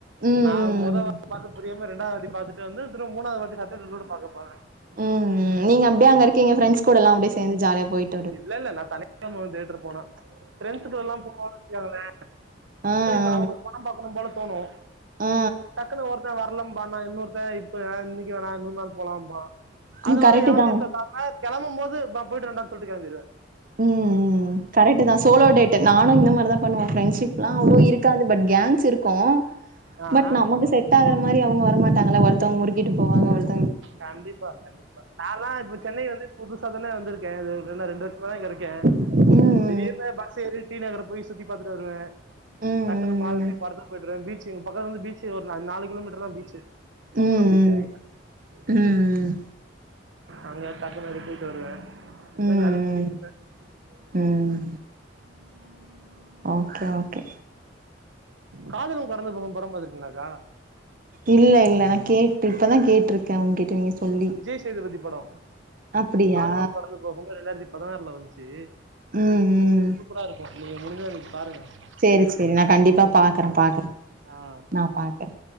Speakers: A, on the right; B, on the right.
A: ம் ம்
B: நா மொதவாட்டி
A: ம்
B: பாத்து புரியாம ரெண்டாது வாட்டி பாத்துட்டு வந்து திரும்பவு மூணாவது வாட்டி பாத் <unintelligible> பாக்கப்போவ
A: ம் ம். நீங்க அப்டியே அங்க இருக்கீங்க ஃப்ரண்டஸ் கூடல்லா அப்டியே சேந்து ஜாலியா போயிட்
B: இல்ல இல்ல நா தனியா தா போவ தேட்டரு போன பிரெண்ட்ஸுக்கூடலா போன வச்சிக்கோங்களே
A: அ
B: இப்ப நமக்கு ஒரு பட பாக்கணு போல தோணு
A: ஆ ஆ
B: டக்குன்னு ஒருத்த வரலாம்பா நா இன்னொருத்த இப்ப இன்னைக்கு வேணா இன்னொரு நாள் போலாம்பா அதனால
A: ஆ கரெக்ட்டு
B: எவண்டையு
A: தா ம்
B: சொல்லாம கெளம்பும் போது நா போயிட்டுவரேன்டானு சொல்ட்டு கெளம்பிடுவே
A: ம் ம் கரெக்ட் தா சோலோ டேட் நானு இந்த மாரிதா பண்ணுவ ஃப்ரெண்ட்ஷிப் லா அவ்ளோ இருக்காது பட் கேங்க்ஸ் இருக்கு
B: ஆஹ்
A: பட் நமக்கு செட் ஆகுற மாரி அவங்க வரமாட்டாங்கல ஒருத்தவங்க முறுக்கிட்டு போவாங்க ஒருத்
B: கண்டிப்பா கண்டிப்பா நாலா இப்ப சென்னை வந்து புதுசாதான வந்திருக்கே ரெ ரெண்டு ரெண்டு வருஷமா தா இங்க இருக்க
A: ம்
B: திடீர்னு பஸ் ஏறி டி நகர போய் சுத்தி பாத்துட்டு வருவ
A: ம்
B: டக்னு மாலுக் போய் படத்துக்கு போயிட்டு வருவே பீச் எங்க பக்கத்துல பீச்சு ஒரு நாலு கிலோமீட்டர் தா பீச்சு கோவலம்
A: ம் ம் ம்
B: பீச் இருக்குல
A: ம் ம்
B: அங்க டக்குனு அப்டி போய்ட்டு வருவ அப்பற
A: ம் ம்
B: ஜாலியா சுத்திட்ருப்ப
A: ம். ம்
B: <inaudible>
A: ஓகே ஓகே
B: காதலும் கடந்து போகும் படம் பாத்துருக்கீங்களாக்கா
A: இல்ல இல்ல நா கேட்டு இப்பதா கேட்ருக்க உங்கிட்ட நீங்க சொல்லி
B: விஜய் சேதுபதி படொ
A: அப்டியா
B: காதலும் கடந்து போகும் ரெண்டாயிரத்தி பதினாறுல வந்துச்சு
A: ம் ம்
B: சூப்பரா இருக்கு நீங்க முடிஞ்சா இன்னைக்கு பாருங்க
A: சேரி
B: ஃப்ரீயா
A: சேரி நா கண்டிப்பா பாக்குற பாக்குற
B: ஆ. ஆ
A: நா பாக்கற